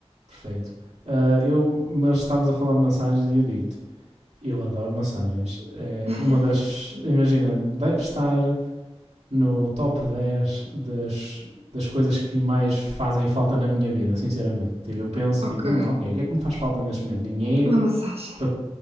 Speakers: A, on the right (about 80°); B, on the right (about 65°).
A: perfeito. Ah, eu, mas estavas a falar de massagens e eu digo-te, eu adoro massagens. É
B: <laughs>
A: uma das, imagina, deve estar no top 10 das, das coisas que mais fazem falta na minha vida, sinceramente. Tipo, eu penso
B: Ok,
A: e tipo, hum, ok, o que é que me faz falta neste momento? Dinheiro,
B: uma massagem.
A: estou